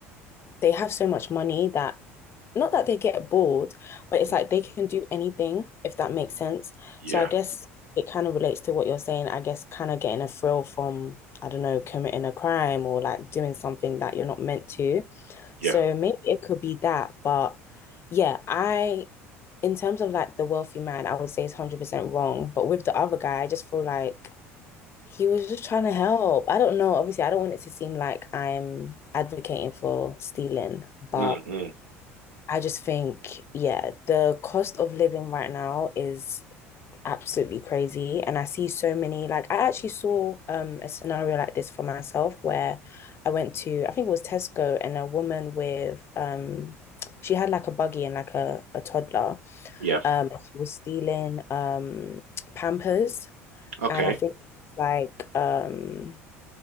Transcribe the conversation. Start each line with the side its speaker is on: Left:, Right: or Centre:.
Left: they have so much money that not that they get bored, but it's
Right: mm,
Left: like they can do anything if that makes sense.
Right: Yeah,
Left: So I guess it kind of relates to what you're saying. I guess kind of getting a thrill from, I don't know, committing a crime or like doing something that you're not meant to.
Right: yeah,
Left: So maybe it could be that, but yeah, I in terms of like the wealthy man, I would say it's 100% wrong. But with the other guy, I just feel like he was just trying to help. I don't know. Obviously, I don't want it to seem like I'm advocating for stealing, but
Right: mm, mm,
Left: I just think, yeah, the cost of living right now is absolutely crazy. And I see so many, like, I actually saw um, a scenario like this for myself where I went to, I think it was Tesco, and a woman with, um, she had like a buggy and like a, a toddler
Right: yeah.
Left: um, she was stealing um Pampers,
Right: Okay,
Left: and I think it's like um,